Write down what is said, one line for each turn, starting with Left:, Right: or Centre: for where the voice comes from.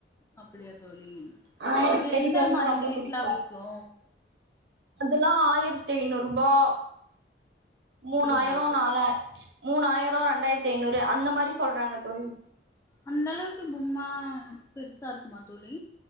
Left: அப்படியா தோழி
Right: ஆ எனக்கு
Left: அது
Right: டெடிபேர்னா
Left: எந்த மாதிரி
Right: ரொம்ப
Left: ரேட்ல
Right: புடிக்கு
Left: விக்கு
Right: அதெல்லா ஆயிரத்தி ஐநூறுபா
Left: அப்டியா
Right: மூணாயிர நாலாயி மூணாயர ரெண்டாயரத்தி ஐநூறு அந்த மாரி சொல்றாங்க தோழி
Left: அந்தளவுக்கு பொம்மா பெருசா இருக்குமா தோழி